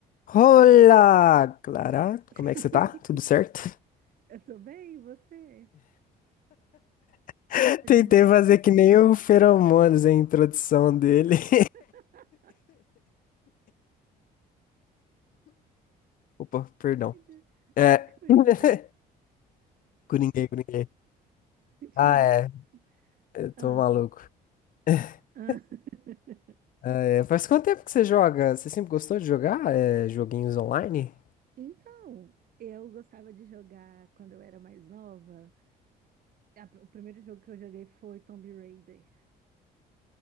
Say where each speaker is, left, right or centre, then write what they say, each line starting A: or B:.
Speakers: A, on the left; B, on the right.
A: Olá, Clara.
B: <laughs>
A: Como é que você tá? Tudo certo?
B: Eu tô bem, e você?
A: <laughs>
B: Tá animado?
A: Tentei fazer que nem o Feromonas, a introdução dele. <laughs>
B: <laughs>
A: Opa, perdão.
B: Ai, Dia,
A: É.
B: dia Coringô.
A: <laughs> Coringuei, coringuei.
B: Dia-
A: Ah, é.
B: <laughs>
A: Eu tô
B: Ah,
A: maluco. <laughs>
B: ah. <laughs>
A: Ah, é. Faz quanto tempo que você joga? Você sempre gostou de jogar é, joguinhos online?
B: Então, eu gostava de jogar quando eu era mais nova. A- o primeiro jogo que eu joguei foi Tomb Raider,